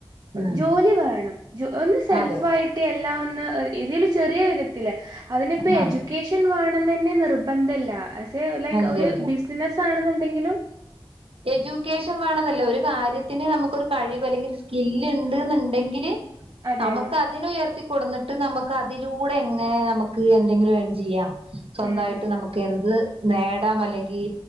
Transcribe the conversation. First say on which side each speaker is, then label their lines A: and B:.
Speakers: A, on the right (about 70°); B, on the right (about 40°).
A: ഉം
B: ജോലി വേണം ജോ ഒന്ന് സെൽഫായിട്ട്
A: അതെ
B: എല്ലാം ഒന്ന് ഇതില് ചെറിയ വിധത്തില് അതിനിപ്പോ
A: ആഹ്
B: എഡ്യൂക്കേഷൻ വേണന്നെന്നെ നിർബന്ധല്ല ലൈക്ക്
A: ഇല്ലല്ല
B: ഒരു ബിസിനസ് ആണെന്ന്ണ്ടെങ്കിലും
A: എജ്യൂക്കേഷൻ വേണന്നില്ല ഒരു കാര്യത്തിന് നമുക്കൊര് കഴിവ് അല്ലെങ്കില് ഒര് സ്കില്ല് ഇണ്ട്ന്ന്ണ്ടെങ്കില്
B: അതെ
A: നമ്മക്ക്
B: അതെ
A: അതിനെ ഉയർത്തി കൊട്ന്നിട്ട് നമുക്ക് അതിലൂടെ എങ്ങനെ നമുക്ക് എന്തെങ്കിലും ഏൺ ചെയ്യാം സ്വന്തായിട്ട്
B: ഉം ഉം
A: നമ്മ ക്കെന്ത് നേടാം അല്ലെങ്കി